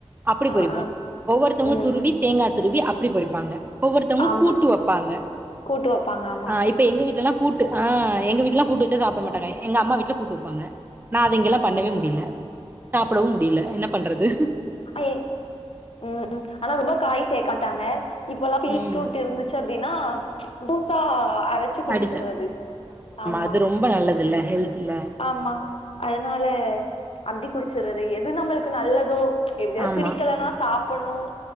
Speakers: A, on the right; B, on the left.
A: அப்புடி
B: ஆ
A: பொறிப்போ
B: ஆ
A: ஒவ்வொருத்தவ்ங்க
B: ம்
A: துருவி
B: ம்
A: தேங்கா துருவி அப்டி பொறிப்பாங்க ஒவ்வொருத்தவ்ங்க
B: ஆமா
A: கூட்டு வப்பாங்க
B: கூட்டு வப்பாங்க ஆம்
A: அ இப்ப எங்க வீட்லல்லா கூட்டு ஆ எங்க வீட்லலா கூட்டு வச்சா சாப்ட மாட்டாங்க எங்க அம்மா வீட்ல கூட்டு வப்பாங்க நா அத இங்கெல்லா பண்ணவே முடில சாப்புடவு முடிய்ல என்ன பண்றது
B: ஏ ம் ம் ஆனா ரொம்ப காய் சேக்காட்டாங்க இப்போல்லா பீட்ரூட்
A: ம்
B: இருந்துச் ச்சு அப்டினா பூசா அரச்சு குடிச்சிற்றது
A: அடிச்ச
B: ஆமா
A: அது ரொம்ப நல்லதுல்ல ஹெல்த்ல
B: ஆமா அதுனால அப்டி குடிச்சற்றது எது நம்மளுக்கு நல்லதோ எப்டியாது
A: ஆமா
B: பிடிக்கலனா சாப்பணு